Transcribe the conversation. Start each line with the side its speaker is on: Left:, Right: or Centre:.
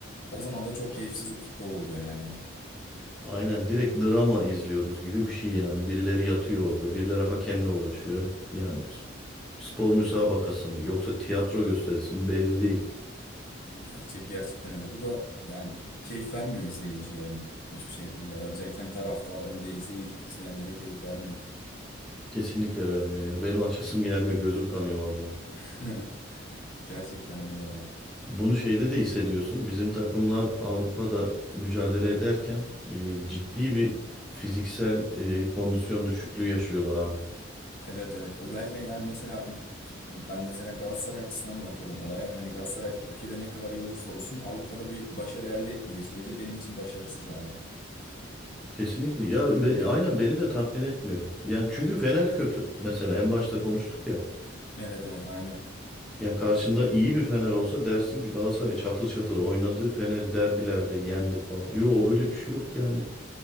Left: O zaman da çok keyifsiz futbol oluyor yani.
Centre: Aynen direkt drama izliyoruz gibi bir şey yani. Birileri yatıyor orada, birileri hakemle uğraşıyor. Yani bu s- spor müsabakası mı yoksa tiyatro gösterisi mi belli değil.
Left: Gerçek gerçekten öyle. Bu da yani keyif vermiyor izleyiciye hiçbir şekilde. Özellikle hem taraftara hem de izleyici, izleyenlere keyif vermiyor.
Centre: Kesinlikle vermiyor ya. Benim açasım gelmiyor, gözüm kanıyor valla.
Left: <laughs> Gerçekten öyle ya.
Centre: Bunu şeyde de hissediyorsun. Bizim takımlar Avrupa'da mücadele ederken e, ciddi bir fiziksel e, kondisyon düşüklüğü yaşıyorlar abi.
Left: Evet evet. Özellikle yani mesela ül- ben mesela Galatasaray açısından bakıyorum olaya. Hani Galatasaray Türkiye'de ne kadar iyi olursa olsun Avrupa'da bir başarı elde etmediği sürece benim için başarısız hala.
Centre: Kesinlikle. Ya be- aynen beni de tatmin etmiyor. Yani çünkü Fener kötü. Mesela en başta konuştuk ya.
Left: Evet evet aynen.
Centre: Ya karşında iyi bir Fener olsa dersin ki Galatasaray çatır çatır oynadı. Fener'i derbilerde yendi falan. Yo öyle bir şey yok yani.